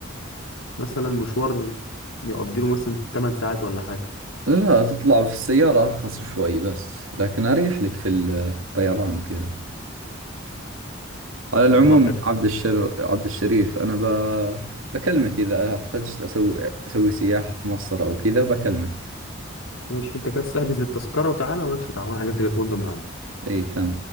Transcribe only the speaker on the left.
مثلا مشوار يقضي له مثلا 8 ساعات ولا حاجه
طب والله حلو
ماشي انت كده احجز التذكره وتعالى ومالكش دعوه انا حجزت لك الفندق من عندي